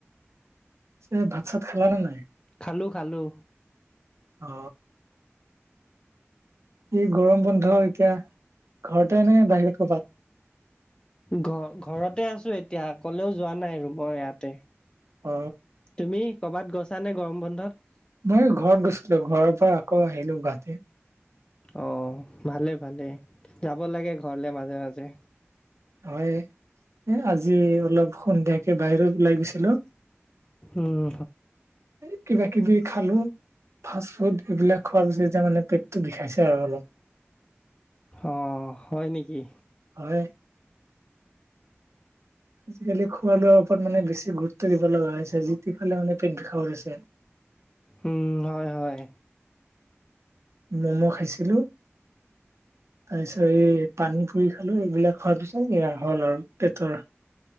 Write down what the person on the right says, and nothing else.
পিচে ভাত চাত খালা নে নাই
অ এই গৰম বন্ধ এতিয়া ঘৰতে এনে বাহিৰত কবাত
অ
মই ঘৰত গৈছিলো ঘৰৰ পৰা আকৌ আহিলো গুৱাহাটী
হয় এ আজি অলপ সন্ধিয়াকে বাহিৰত ওলাই গৈছে হেল্ল
এ কিবা কিবি খালো ফাষ্ট ফুড এইবিলাক খোৱাৰ পিছত যে মানে পেটটো বিষাইছে আৰু অলপ
হয় আজিকালি খোৱা লোৱাৰ ওপৰত মানে বেছি গুৰুত্ব দিব লগা হৈছে যি তি খালে মানে পেট বিষাব লৈছে
ম'ম খাইছিলো তাৰ পিছত এই পানী পুৰি খালো এইবিলাক খোৱাৰ পিছত এয়া হ'ল আৰু পেটৰ